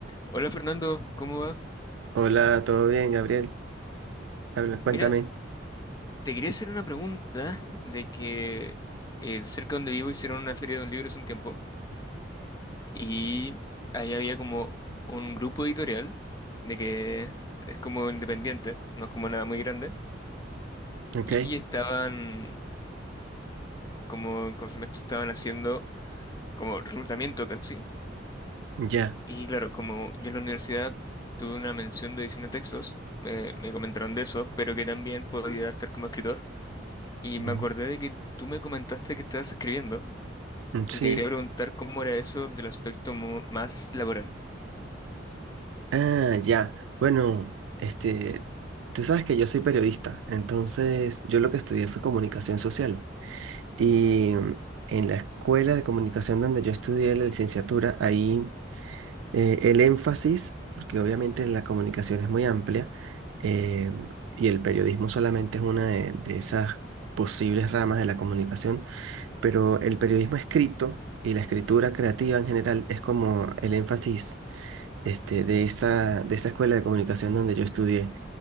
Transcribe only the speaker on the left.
Hola Fernando, ¿cómo va?
Mira, te quería hacer una pregunta de que eh, cerca donde vivo hicieron una feria de un libro hace un tiempo y ahí había como un grupo editorial de que es como independiente, no es como nada muy grande,
y estaban como, como si me estaban haciendo como reclutamiento casi.
Y claro, como yo en la universidad tuve una mención de edición de textos, me me comentaron de eso, pero que también podía estar como escritor. Y
me acordé de que tú me comentaste que estabas escribiendo
y
te quería preguntar cómo era eso del aspecto mo- más laboral.